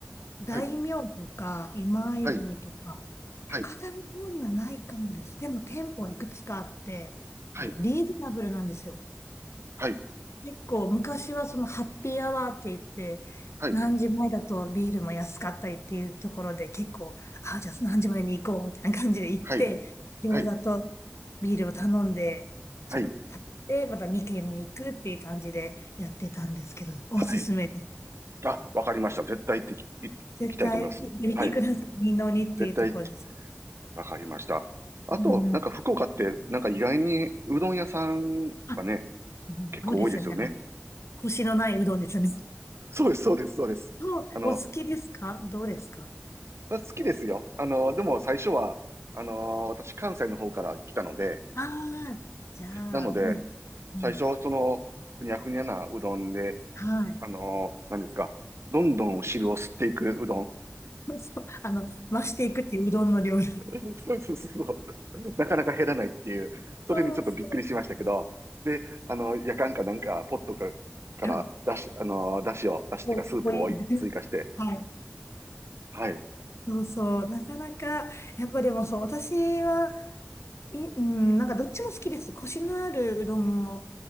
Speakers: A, on the left; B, on the right.
A: 大名とか、
B: はい。
A: 今泉とか、
B: はい。
A: 高田の方にはないかもです。
B: はい。
A: でも店舗はいくつかあって、
B: はい。
A: あの、リーズナブルなんですよ。
B: はい。
A: 結構昔はそのハッピーアワーって言って、
B: はい。
A: 何時前だとビールも安かったりっていうところで結構、あ、じゃあ何時までに行こうみたいな感じで行って、
B: はい。
A: 餃子とビールを頼んで、
B: はい。はい。
A: ちょっと食べて、また2軒目行くっていう感じでやってたんですけど、おすすめです。
B: はい。あ、わかりました。絶対行ってき、行行きたいと思います。
A: 絶対行ってみてください。
B: はい。
A: 二の二っていうところです。
B: 絶対。わかりました。
A: う
B: あと、
A: んうん。
B: なんか福岡って、なんか意外にうどん屋さんがね、
A: あ、
B: 結構多いですよね。
A: そうですよね。コシのないうどんですね。
B: そうです、そうです、そうです。
A: そう、
B: あの、
A: お好きですかどうですか
B: 好きですよ。あの、でも最初は、あの、私関西の方から来たので、
A: ああー、じゃあね。
B: なので、
A: うん、
B: 最初、その、ふにゃふにゃなうどんで、
A: はい。
B: あの、何ですか、どんどん汁を吸っていくうどん。
A: そうそう、あの、増していくっていううどんの料理。
B: <laughs> そうそうそうそう。なかなか減らないっていう、それにちょっとびっくりしましたけど、
A: そうそう。
B: で、あの、やかんかなんか、ポットか、から出し、
A: はい。
B: あの、出汁を、出汁っていうか、
A: もう、
B: スープを追加して、
A: もういい。はい。
B: はい、
A: そうそう。なかなか、やっぱでもそう、私は、い、うん、なんかどっちも好きです。コシのあるうどんも